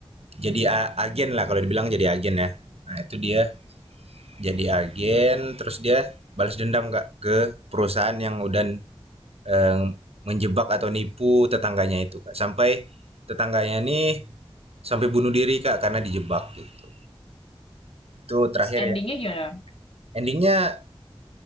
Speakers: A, on the right (about 85°); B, on the left (about 70°).
A: jadi a- agen lah kalau dibilang jadi agen ya. Nah, itu dia jadi agen terus dia balas dendam Kak ke perusahaan yang udah eh, menjebak atau nipu tetangganya itu, Kak. Sampai tetangganya nih sampai bunuh diri Kak karena dijebak gitu. Itu terakhir
B: Terus endingnya
A: ya.
B: gimana?
A: Endingnya